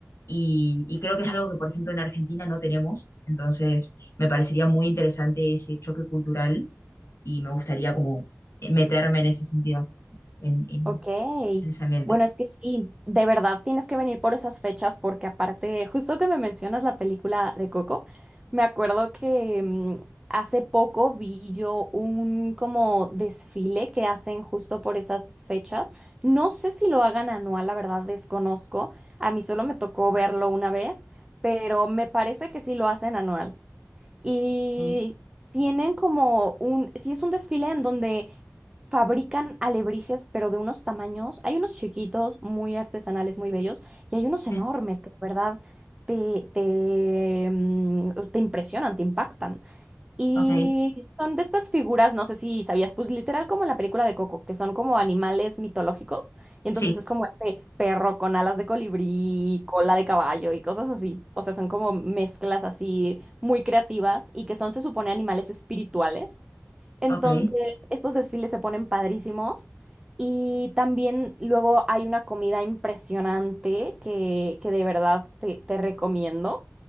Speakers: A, on the left; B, on the right.
A: y, y creo que es algo que, por ejemplo, en Argentina no tenemos, entonces me parecería muy interesante ese choque cultural y me gustaría como eh, meterme en ese sentido, en, en,
B: Ok,
A: en ese ambiente.
B: bueno, es que sí, de verdad tienes que venir por esas fechas porque aparte, justo que me mencionas la película de Coco, me acuerdo que mm, hace poco vi yo un como desfile que hacen justo por esas fechas. No sé si lo hagan anual, la verdad desconozco. A mí solo me tocó verlo una vez, pero me parece que sí lo hacen anual y
A: Ok,
B: tienen como un, sí es un desfile en donde fabrican alebrijes, pero de unos tamaños, hay unos chiquitos, muy artesanales, muy bellos, y hay unos
A: sí,
B: enormes que de verdad te, te, mm, te impresionan, te impactan. Y
A: ok,
B: son de estas figuras, no sé si sabías, pues literal como en la película de Coco, que son como animales mitológicos. Y
A: sí,
B: entonces es como este perro con alas de colibrí, cola de caballo y cosas así. O sea, son como mezclas así muy creativas y que son, se supone, animales espirituales. Entonces,
A: ok,
B: estos desfiles se ponen padrísimos. Y también luego hay una comida impresionante que, que de verdad te te recomiendo.